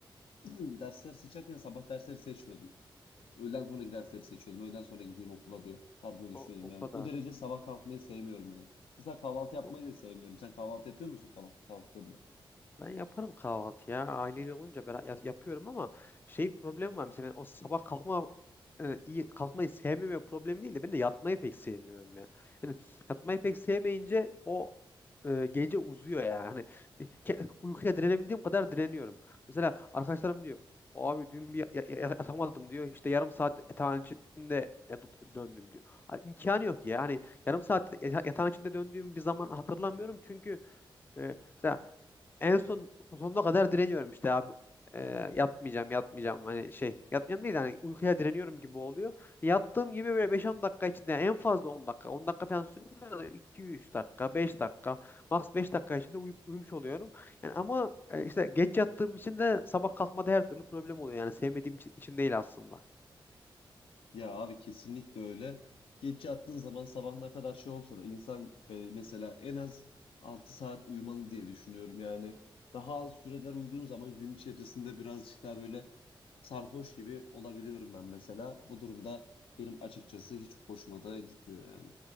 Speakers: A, on the left; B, on the left.
A: <clears throat> dersler seçerken sabah dersleri seçmiyordum. Öğleden sonraki dersleri seçiyordum. Öğleden sonra gideyim okula diye tarzına düşüyordum
B: O, o
A: yani.
B: kadar.
A: O derece sabah kalkmayı sevmiyorum yani. Mesela kahvaltı yapmayı
B: Yok
A: da sevmiyorum. Sen kahvaltı yapıyor musun kahvaltı kalktığında?
B: ben yaparım kahvaltı ya. Aileyle olunca ben ya- yapıyorum ama şey problem var. Mesela ben o sabah kalkma e, iyi kalkmayı sevmeme problemi değil de ben de yatmayı pek sevmiyorum ya. Yani yatmayı pek sevmeyince o e, gece uzuyor yani. Hani e, ke- uykuya direnebildiğim kadar direniyorum. Mesela arkadaşlarım diyor abi dün bir ya- ya- yatamadım diyor. İşte yarım saat yatağın içinde yat- döndüm diyor. Abi, imkanı yok ya. Hani yarım saat yata- yatağın içinde döndüğüm bir zaman hatırlamıyorum. Çünkü e, mesela en son sonuna kadar direniyorum işte abi. E, yatmayacağım yatmayacağım hani şey yatmayacağım değil hani uykuya direniyorum gibi oluyor. Yattığım gibi böyle beş on dakika içinde yani en fazla 10 dakika on dakika falan sürmüyor da iki üç dakika 5 dakika max 5 dakika içinde uyup, uyumuş oluyorum. Yani ama e, işte geç yattığım için de sabah kalkmada her türlü problem oluyor yani sevmediğim için için değil aslında.
A: Ya abi kesinlikle öyle. Geç yattığın zaman sabah ne kadar şey olsa da insan be- mesela en az 6 saat uyumalı diye düşünüyorum yani. Daha az süreler uyuduğun zaman gün içerisinde birazcık daha böyle sarhoş gibi olabiliyorum ben mesela. Bu durumda benim açıkçası hiç hoşuma da gitmiyor yani.